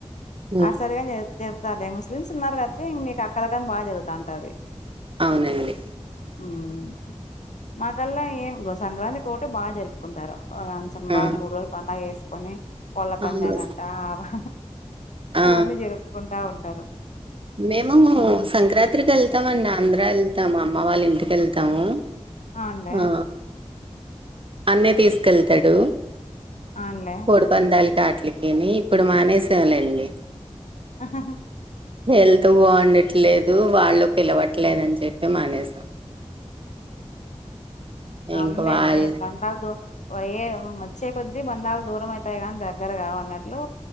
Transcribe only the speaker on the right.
ఉమ్.
అవునండి
ఆ
అవును
ఆ
మేము సంక్రాంత్రికి యెళ్తామన్నా ఆంధ్ర యెళ్తాము అమ్మ వాళ్ళ ఇంటికి యెళ్తాము
ఆ అన్నయ్య తీసుకెళ్తాడూ
కోడి పందాల కాట్లకినీ ఇప్పుడు మానేసాం లేండి
హెల్త్ బాగుండట్లేదు వాళ్ళు పిలవట్లేదని చెప్పి మానేసాం
ఇంక
వాళ్ళ